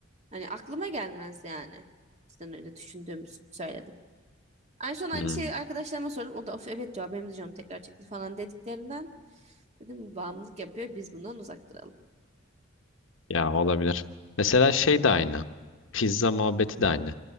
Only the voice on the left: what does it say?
hmm.
Ya olabilir. Mesela şey de aynı. Pizza muhabbeti de aynı.